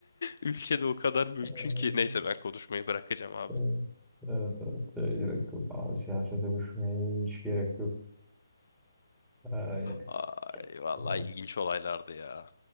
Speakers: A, on the left; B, in the centre.
A: Ülkede o kadar mümkün
B: Evet,
A: ki. Neyse ben konuşmayı bırakacağım abi.
B: evet, evet, evet, gerek yok. Abi, siyasete düşmeye hiç gerek yok. Ee,
A: Ay vallahi
B: Ha,
A: ilginç olaylardı ya.